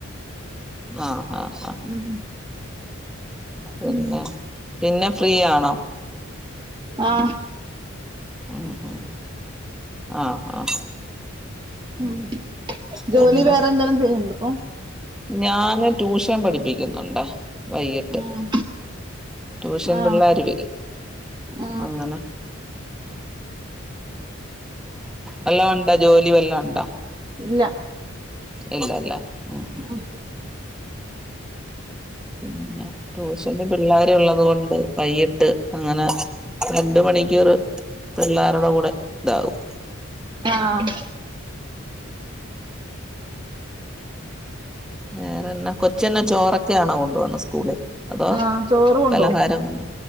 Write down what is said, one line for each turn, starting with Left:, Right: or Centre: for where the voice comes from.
Centre: ആഹ് ആഹ് ആഹ്.
Right: ഉം,
Centre: പിന്നെ
Right: ഉം.
Centre: പിന്നെ ഫ്രീ ആണോ.
Right: ആഹ്
Centre: ഉം ഉം ആഹ് ആഹ്.
Right: ഉം ജോലി
Centre: പിന്നെ
Right: വേറെ എന്തേലും ചെയ്യുന്നുണ്ടോഇപ്പൊ.
Centre: ഞാന് ട്യൂഷൻ പഠിപ്പിക്കുന്നുണ്ടെ വൈകിട്ട്.
Right: ഉം,
Centre: ട്യൂഷൻ
Right: ആ
Centre: പിള്ളേര് വെരും
Right: ആ,
Centre: അങ്ങനെ. വല്ലോണ്ടോ ജോലി വലോ ഉണ്ടോ.
Right: ഇല്ല.
Centre: ഇല്ലല്ല ഉം.
Right: ഉം.
Centre: പിന്നെ ട്യൂഷന് പിള്ളേരു ഉള്ളത് കൊണ്ട് വൈകിട്ട് അങ്ങനെ. രണ്ട് മണിക്കൂറ് പിള്ളേരുടെ കൂടെ ഇണ്ടാവും.
Right: ആഹ്
Centre: വേറെന്ന കൊ ഉച്ചഛെന് ചോറൊക്കെ ആണോ കൊണ്ടോണ് സ്കൂളിൽ. അതോ
Right: ആഹ് ചോറ് കൊണ്ടോവും
Centre: പലഹാരം കൊണ്ട്